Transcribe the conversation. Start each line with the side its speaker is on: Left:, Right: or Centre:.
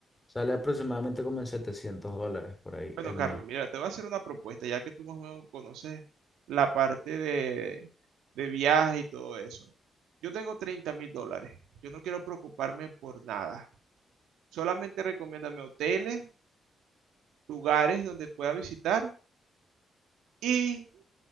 Left: sale aproximadamente como en 700 dólares por ahí
Right: Bueno,
Left: el
Right: Carlos,
Left: mes.
Right: mira, te voy a hacer una propuesta, ya que tú más o menos conoces la parte de, de viaje y todo eso. Yo tengo treinta mil dólares. Yo no quiero preocuparme por nada. Solamente recomiéndame hoteles, lugares donde pueda visitar y